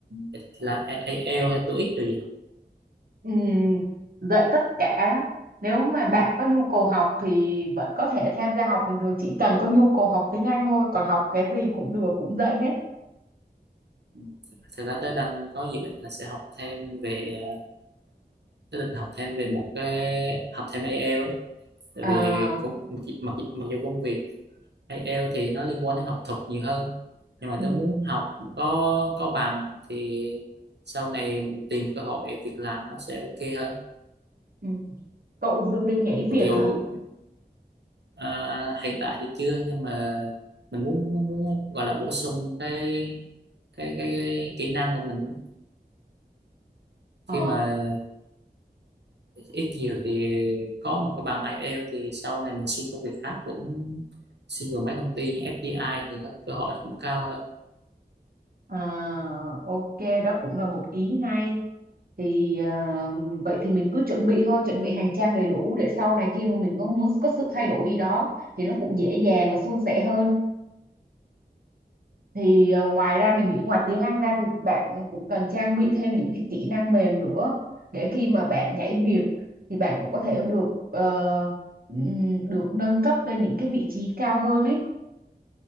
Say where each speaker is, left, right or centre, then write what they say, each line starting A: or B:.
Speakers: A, on the right; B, on the right.
A: hay là IELTS hay TOEIC rồi gì
B: Ừm, dạy tất cả nếu mà bạn có nhu cầu học thì vẫn có thể tham gia học bình thường chỉ cần có nhu cầu học tiếng Anh thôi còn học cái gì cũng được cũng dạy hết
A: Ừ. thật ra tớ đang có dự định là sẽ học thêm về ờ, tớ định học thêm về một cái học thêm IELTS đấy tại
B: à
A: vì công, mặc, mặc dù công việc IELTS thì nó liên quan đến học thuật nhiều hơn nhưng mà
B: ừ,
A: tớ muốn học có có bằng thì sau này mình tìm cơ hội việc làm nó sẽ ok hơn
B: ừ. cậu dự định nhảy
A: mặc
B: việc
A: dù
B: hả
A: à, hiện tại thì chưa nhưng mà mình muốn, muốn gọi là bổ sung cái cái cái cái kỹ năng của mình
B: ờ
A: khi mà ít nhiều thì có một cái bằng IELTS thì sau này mình xin công việc khác cũng xin vào mấy công ty như FDI thì nó cơ hội nó cũng cao hơn
B: à, ok đó cũng là một ý hay thì à, vậy thì mình cứ chuẩn bị thôi chuẩn bị hành trang đầy đủ để sau này khi mà mình có muốn có sự thay đổi gì đó thì nó cũng dễ dàng và suôn sẻ hơn thì ờ, ngoài ra mình nghĩ ngoài tiếng Anh ra thì bạn cũng cần trang bị thêm những cái kỹ năng mềm nữa để khi mà bạn nhảy việc thì bạn cũng có thể được ờ, ừm, được nâng cấp lên những cái vị trí cao hơn ấy